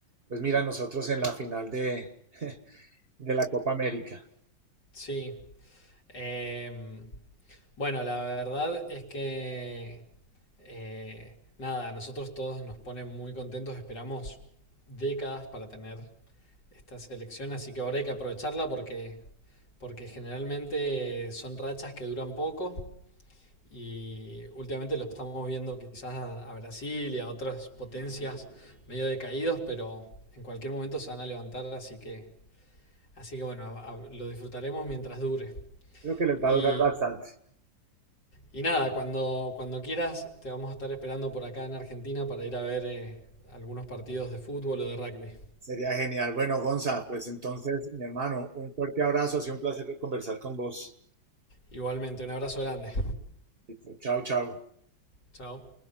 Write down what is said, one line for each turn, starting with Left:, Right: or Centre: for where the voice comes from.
Right: pues mira nosotros en la final de, <laughs> de la Copa América.
Left: Sí. Em, bueno, la verdad es que eh, nada, a nosotros todos nos ponen muy contentos, esperamos décadas para tener esta selección, así que ahora hay que aprovecharla porque, porque generalmente son rachas que duran poco y últimamente lo estamos viendo quizás a, a Brasil y a otras potencias medio decaídos, pero en cualquier momento se van a levantar, así que, así que bueno, a- a- lo disfrutaremos mientras dure.
Right: Creo que les
Left: Y,
Right: va a durar bastante.
Left: y nada, cuando, cuando quieras, te vamos a estar esperando por acá en Argentina para ir a ver eh, algunos partidos de fútbol o de rugby.
Right: Sería genial. Bueno, Gonza, pues entonces, mi hermano, un fuerte abrazo. Ha sido un placer conversar con vos.
Left: Igualmente, un abrazo grande.
Right: Listo, Chao, chao.
Left: Chao.